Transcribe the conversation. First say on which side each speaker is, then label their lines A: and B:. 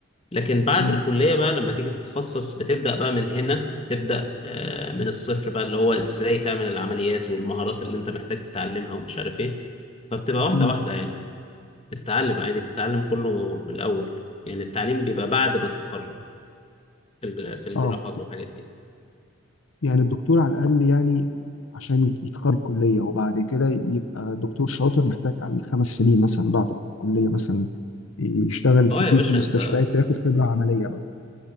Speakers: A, on the left; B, on the left.
A: لكن بعد
B: امم
A: الكلية بقى لما تيجي تتخصص بتبدأ بقى من هنا تبدأ آه، من الصفر بقى اللي هو إزاي تعمل العمليات والمهارات اللي أنت محتاج تتعلمها ومش عارف إيه فبتبقى واحدة
B: امم
A: واحدة يعني بتتعلم عادي بتتعلم كله من الأول يعني التعليم بيبقى بعد ما تتخرج في الج- في الجراحات
B: اه
A: والحاجات دي
B: يعني الدكتور على الأقل يعني عشان يت- يتخرج الكلية وبعد كده يبقى دكتور شاطر محتاج عليه خمس سنين مثلا بعد الكلية مثلا يشتغل
A: اه
B: كتير
A: يا باشا
B: في مستشفيات
A: انت
B: فياخد خبرة عملية بقى